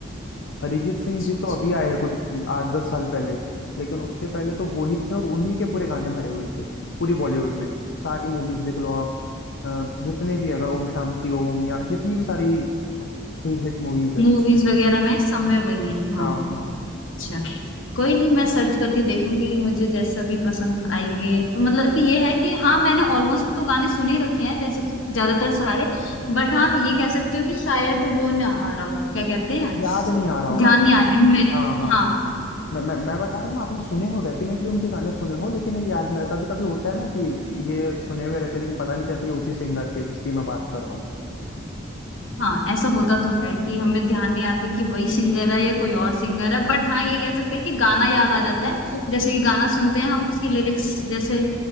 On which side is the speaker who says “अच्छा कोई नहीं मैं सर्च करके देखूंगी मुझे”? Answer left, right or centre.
Left